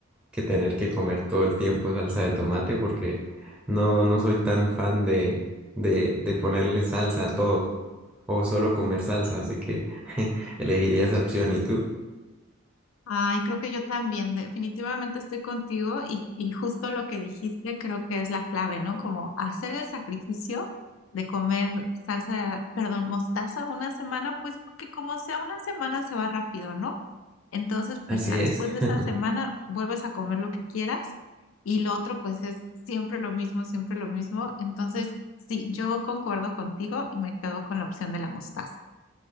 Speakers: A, in the centre; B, on the left.
A: que tener que comer todo el tiempo salsa de tomate porque no, no soy tan fan de, de, de ponerle salsa a todo o solo comer salsa, así que <laughs> elegiría esa opción. ¿Y tú?
B: Ay, creo que yo también, definitivamente estoy contigo y, y justo lo que dijiste creo que es la clave, ¿no? Como hacer el sacrificio de comer salsa, perdón, mostaza una semana, pues porque como sea una semana se va rápido, ¿no? Entonces, pues
A: Así
B: ya después
A: es.
B: de esa
A: <laughs>
B: semana vuelves a comer lo que quieras y lo otro pues es siempre lo mismo, siempre lo mismo. Entonces, sí, yo concuerdo contigo y me quedo con la opción de la mostaza.